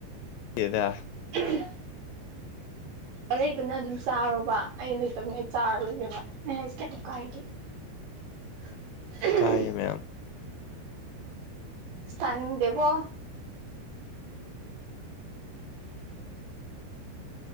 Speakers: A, on the left; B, on the right.
A: ꯗꯦꯗꯥ
B: ꯎꯝ ꯑꯔꯩꯕꯅ ꯑꯗꯨꯝ ꯆꯥꯔꯣꯕ ꯑꯩ ꯂꯩꯇꯕꯅꯤꯅ ꯑꯩ ꯆꯥꯔꯔꯣꯏꯒꯦꯕ ꯑꯩ ꯍꯥꯏꯁꯦ ꯀꯌꯥꯝ ꯀꯥꯏꯒꯦ <unintelligible> ꯑꯁ
A: ꯀꯥꯏꯌꯦ ꯃꯌꯥꯝ
B: ꯑꯁ ꯇꯥꯅꯤꯡꯗꯦꯀꯣ